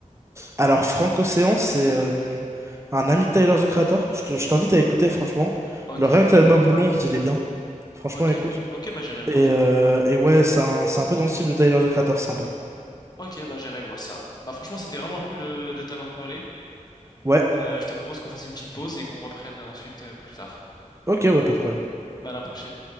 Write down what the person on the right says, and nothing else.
Alors, Franck Océan, c'est euh, un ami de Tyler the Creator. Je te- je t'invite à écouter, franchement.
Le rien que l'album Blonde, il est bien. Franchement,
écoute.
Et,
euh, et ouais, c'est un, c'est un peu dans le style de Tyler the Creator, sympa.
Ouais,
ok, ouais, pas de problème.